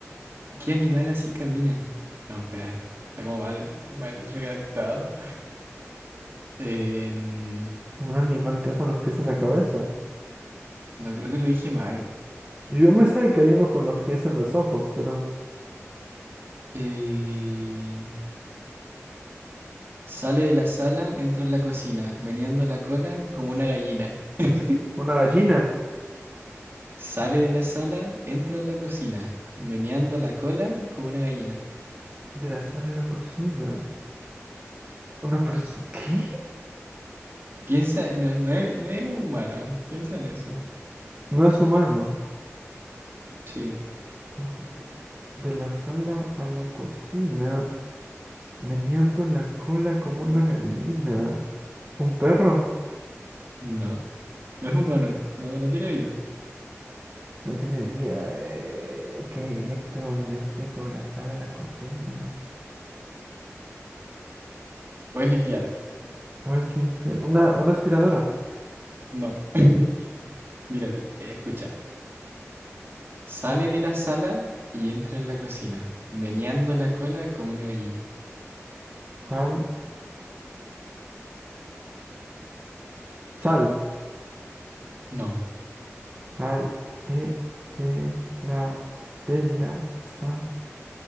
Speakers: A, on the right (about 45°); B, on the right (about 20°).
A: ¿Qué animal así camina? No, espera, eh, está como mal, mal redactado. Em,
B: Un animal que va con los pies en la cabeza.
A: no creo que lo dije mal.
B: Yo me sé que hay uno con los pies en los ojos, pero...
A: Eh, sale de la sala, entra en la cocina, meneando la cola como una gallina. <laughs>
B: Una gallina.
A: Sale de la sala, entra en la cocina, meneando la cola como una gallina.
B: De la sala a la cocina. Una persona... ¿Qué?
A: Piensa, no, no es, no es humano, piensa en eso.
B: No es humano.
A: Sí,
B: Entonces, De la sala a la cocina. Meneando la cola como una gallina. ¿Un perro?
A: no, no es humano, no, no tiene vida.
B: No tiene vida. eh, ¿Qué electrodoméstico? La sala a la cocina.
A: Puedes limpiar,
B: Puedes limpiar. Una, una aspiradora.
A: no. <laughs> Mira, pi- escucha, sale de la sala y entra en la cocina, meneando la cola como una gallina.
B: Sal. Sal.
A: No,
B: ¿Cuál es de la de la sa